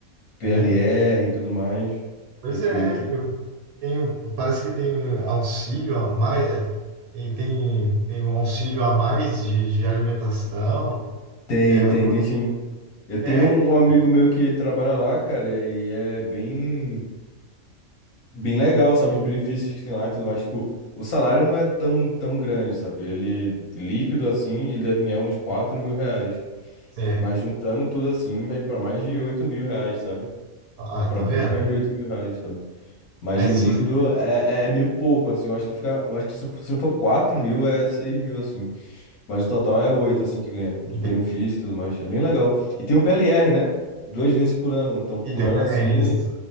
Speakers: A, on the left; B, on the right.
A: PLR
B: É,
A: e tudo mais.
B: pois
A: Perfeito.
B: é, eu tenho, parece que tem auxílio a mais, é, tem, tem, tem um auxílio a mais de, de alimentação.
A: Tem,
B: É,
A: tem,
B: uma,
A: tem sim. Eu tenho
B: é,
A: um
B: então,
A: amigo meu que trabalha lá, cara, e é bem. bem legal, sabe? Os benefícios que tem lá e tudo mais. Tipo, o salário não é tão, tão grande, sabe? Ele, é líquido assim, ele deve ganhar uns 4 mil reais.
B: é,
A: Mas juntando tudo assim, vai pra mais de 8 mil reais, sabe?
B: ah,
A: É pra
B: tá
A: bem
B: vendo?
A: mais de 8 mil reais, sabe? Mas
B: Aí
A: o
B: se
A: líquido
B: você
A: é, é meio pouco, assim. Eu acho que fica. Eu acho que se, se não for 4 mil, é 6 mil, assim. Mas o total é 8 assim, que ganha, de
B: entende,
A: benefício e tudo mais. É bem legal. E tem um PLR, né? Duas vezes por ano. Então, por
B: então,
A: ano, assim,
B: é, ex-
A: ele,